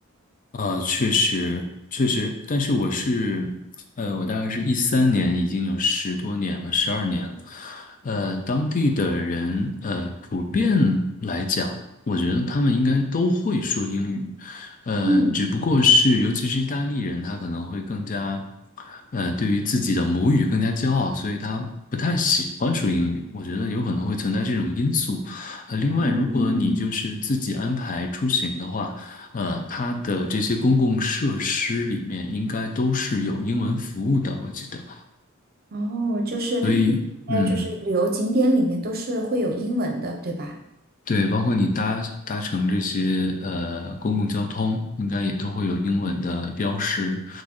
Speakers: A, on the left (about 40°); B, on the right (about 45°).
A: 呃，确实，确实，但是我是，呃，我大概是一三年，已经有十多年了，十二年了。呃，当地的人，呃，普遍来讲，我觉得他们应该都会说英语，呃，
B: 嗯，
A: 只不过是，尤其是意大利人，他可能会更加，呃，对于自己的母语更加骄傲，所以他不太喜欢说英语。我觉得有可能会存在这种因素。呃，另外，
B: 哦，
A: 如果你就是自己安排出行的话，呃，它的这些公共设施里面应该都是有英文服务的，我记得。
B: 哦，就是，
A: 所以，
B: 呃，
A: 嗯，
B: 就是旅游景点里面都是会有英文的，对吧？
A: 对，包括你搭搭乘这些呃公共交通，应该也都会有英文的标识。